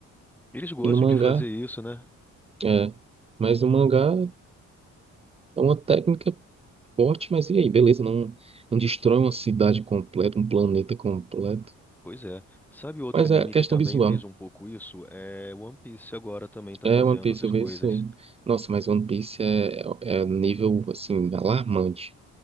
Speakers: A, in the centre; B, on the right (about 20°).
A: Eles gostam
B: E no mangá
A: de fazer isso, né?
B: É, mas o mangá é uma técnica forte, mas e aí? Beleza, não, não destrói uma cidade completa, um planeta completo.
A: Pois é. Sabe outro
B: Mas
A: anime
B: é questão
A: que também
B: visual,
A: fez
B: né?
A: um pouco isso? É One Piece agora também tá
B: É,
A: fazendo
B: One Piece,
A: essas
B: eu
A: coisas.
B: vejo isso aí. Nossa, mas One Piece é, é, é nível, assim, alarmante.